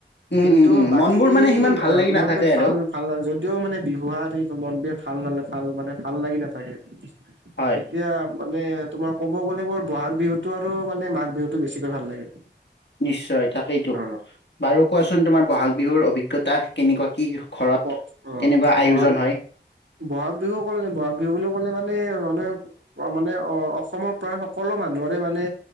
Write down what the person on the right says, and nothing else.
কিন্তু
বাকী
এই
অ'
<unintelligible> ভাল <unintelligible> যদিওঁ মানে বিহুৱা <unintelligible> ভাল নালাগ ভাল মানে, ভাল লাগি নাথাকে
এতিয়া মানে, তোমাৰ ক'ব গ'লে, মোৰ বহাগ বিহুটো আৰু মানে মাঘ বিহুটো বেছিকে ভাল লাগে।
অ'
ব অ'
বহাগ
ব'হাগ বিহু ক'লে, ব'হাগ বিহু বুলি ক'লে মানে <unintelligible> অ' মানে অ' অচমৰ প্ৰায় সকলো মানুহৰে মানে